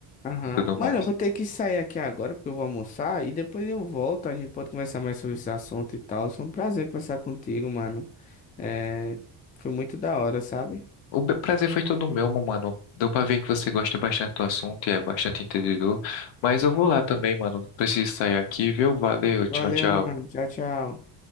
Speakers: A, on the left; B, on the left.
A: Aham.
B: e tudo
A: Mano,
B: mais.
A: eu vou ter que sair aqui agora porque eu vou almoçar e depois eu volto. A gente pode conversar mais sobre esse assunto e tal. Foi um prazer conversar contigo, mano. É, Foi muito da hora, sabe?
B: O be- prazer foi todo meu, meu mano. Deu pra ver que você gosta bastante do assunto e é bastante entendedor. Mas eu vou lá também, mano. Preciso sair aqui, viu? Valeu, tchau,
A: Valeu,
B: tchau.
A: mano. Tchau, tchau.